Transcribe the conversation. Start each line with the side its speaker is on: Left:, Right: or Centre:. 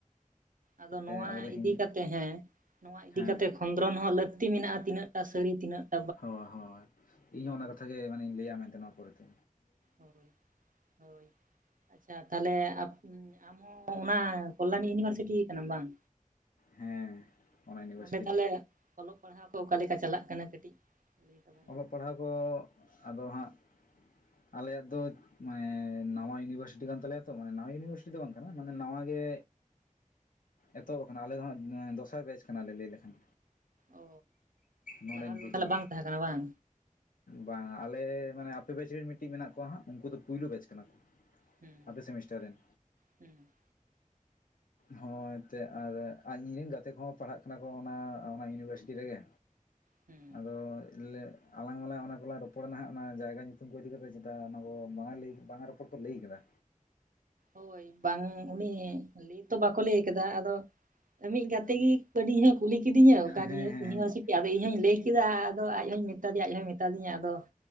Right: ᱟᱫᱚ ᱱᱚᱣᱟ
Left: ᱟᱵᱚ ᱫᱚ
Right: ᱤᱫᱤ
Left: ᱦᱤᱝ
Right: ᱠᱟᱛᱮ ᱦᱮᱸ ᱱᱚᱣᱟ ᱤᱫᱤ
Left: ᱦᱮᱸ
Right: ᱠᱟᱛᱮ ᱠᱷᱚᱱᱼᱼ <unintelligible> ᱦᱚᱸ ᱞᱟᱹᱠᱛᱤ ᱢᱮᱱᱟᱜ-ᱟ ᱛᱤᱱᱟᱹᱜ ᱴᱟ ᱥᱟᱹᱨᱤ ᱛᱤᱱᱟᱹᱜ <unintelligible>
Left: ᱦᱳᱭ ᱦᱳᱭ ᱤᱧ ᱦᱚᱸ ᱚᱱᱟ ᱠᱟᱛᱷᱟ ᱜᱮ ᱢᱟᱱᱮᱧ ᱞᱟᱹᱭᱟ ᱢᱮᱱ ᱛᱮ ᱱᱚᱣᱟ ᱯᱚᱨᱮ ᱛᱮ
Right: ᱦᱳᱭ ᱦᱳᱭ ᱟᱪᱪᱷᱟ ᱛᱟᱦᱚᱞᱮ <unintelligible> ᱟᱢ ᱦᱚᱸ ᱚᱱᱟ ᱠᱚᱞᱞᱟᱱᱤ ᱤᱭᱩᱱᱤᱵᱷᱟᱨᱥᱤᱴᱤ ᱠᱟᱱᱟᱢ ᱵᱟᱝ
Left: ᱦᱮᱸ ᱚᱱᱟ ᱤᱭᱩᱱᱤᱵᱷᱟᱨᱥᱤᱴᱤ
Right: ᱚᱸᱰᱮ ᱛᱟᱦᱞᱮ
Left: ᱜᱮ
Right: ᱚᱞᱚᱜ ᱯᱟᱲᱦᱟᱣ ᱠᱚ ᱚᱠᱟ ᱞᱮᱠᱟ ᱪᱟᱞᱟᱜ ᱠᱟᱱᱟ ᱠᱟᱹᱴᱤᱡ ᱞᱟᱹᱭ ᱛᱟᱵᱚᱱᱟ
Left: ᱚᱞᱚᱜ ᱯᱟᱲᱦᱟᱣ ᱠᱚ ᱟᱫᱚ ᱦᱟᱸᱜ ᱟᱞᱮᱭᱟᱜ ᱫᱚᱼᱼ ᱢᱟᱱᱮ ᱱᱟᱣᱟ ᱤᱭᱩᱱᱤᱵᱷᱟᱨᱥᱤᱴᱤ ᱠᱟᱱ ᱛᱟᱞᱮᱭᱟ ᱛᱚ ᱢᱟᱱᱮ ᱱᱟᱣᱟ ᱤᱭᱩᱱᱤᱵᱷᱟᱨᱥᱤᱴᱤ ᱫᱚ ᱵᱟᱝ ᱠᱟᱱᱟ ᱢᱟᱱᱮ ᱱᱟᱣᱟ ᱜᱮᱼᱼ ᱮᱛᱚᱦᱚᱵ ᱟᱠᱟᱱᱟ ᱟᱞᱮ ᱫᱚ ᱦᱟᱸᱜ ᱫᱚᱥᱟᱨ ᱵᱮᱪ ᱠᱟᱱᱟᱞᱮ ᱞᱟᱹᱭ ᱞᱮᱠᱷᱟᱱ
Right: ᱚ
Left: ᱱᱚᱸᱰᱮᱱ
Right: ᱞᱟᱦᱟ ᱨᱮᱫᱚ
Left: ᱠᱚ
Right: ᱛᱟᱦᱚᱞᱮ
Left: ᱠᱟᱱᱟᱞᱮ
Right: ᱵᱟᱝ ᱛᱟᱦᱮᱸ ᱠᱟᱱᱟ ᱵᱟᱝ
Left: ᱵᱟᱝ ᱟᱞᱮ ᱢᱟᱱᱮ ᱟᱯᱮ ᱵᱮᱪ ᱨᱮᱱ ᱢᱤᱫᱴᱤᱡ ᱢᱮᱱᱟᱜ ᱠᱚᱣᱟ ᱦᱟᱸᱜ ᱩᱱᱠᱩ ᱫᱚ ᱯᱳᱭᱞᱳ ᱵᱮᱪ ᱠᱟᱱᱟ ᱠᱚ
Right: ᱦᱮᱸ
Left: ᱟᱯᱮ ᱥᱮᱢᱤᱥᱴᱟᱨ ᱨᱮᱱ
Right: ᱦᱮᱸ
Left: ᱦᱳᱭ ᱮᱱᱛᱮᱫ ᱟᱨ ᱤᱧᱨᱮᱱ ᱜᱟᱛᱮ ᱠᱚᱦᱚᱸ ᱯᱟᱲᱦᱟᱜ ᱠᱟᱱᱟ ᱠᱚ ᱚᱱᱟ ᱚᱱᱟ ᱤᱭᱩᱱᱤᱵᱷᱟᱨᱥᱤᱴᱤ ᱨᱮᱜᱮ
Right: ᱦᱩᱸ
Left: ᱟᱫᱚ ᱞᱮᱼᱼ ᱟᱞᱟᱝ ᱢᱟᱞᱟᱝ ᱚᱱᱟ ᱠᱚᱞᱟᱝ ᱨᱚᱯᱚᱲ ᱱᱟ ᱦᱟᱸᱜ ᱚᱱᱟ ᱡᱟᱭᱜᱟ ᱧᱩᱛᱩᱢ ᱠᱚ ᱤᱫᱤ ᱠᱟᱛᱮᱫ ᱪᱮᱛᱟ ᱚᱱᱟ ᱠᱚ ᱵᱟᱝᱟ ᱞᱟᱭ ᱵᱟᱝᱟ ᱨᱚᱯᱚᱲ ᱠᱚ ᱞᱟᱹᱭ ᱠᱟᱫᱟ
Right: ᱦᱳᱭ ᱵᱟᱝ ᱩᱱᱤ ᱞᱟᱹᱭ ᱛᱚ ᱵᱟᱠᱚ ᱞᱟᱹᱭ ᱟᱠᱟᱫᱟ ᱟᱫᱚ ᱤᱢᱤᱡ ᱜᱟᱛᱮ ᱜᱮ ᱠᱟᱴᱤᱡ ᱤᱧ ᱦᱚᱸ ᱮ ᱠᱩᱞᱤ ᱠᱤᱫᱤᱧᱟ ᱚᱠᱟ
Left: ᱦᱮᱸ
Right: <unintelligible>
Left: ᱦᱮᱸ ᱦᱮᱸ
Right: ᱟᱫᱚ ᱤᱧ ᱦᱚᱧ ᱞᱟᱹᱭ ᱠᱮᱫᱟ ᱟᱫᱚ ᱟᱡ ᱦᱚᱧ ᱢᱮᱛᱟᱫᱮᱭᱟ ᱟᱡ ᱦᱚᱭ ᱢᱮᱛᱟ ᱫᱤᱧᱟ ᱟᱫᱚᱼᱼ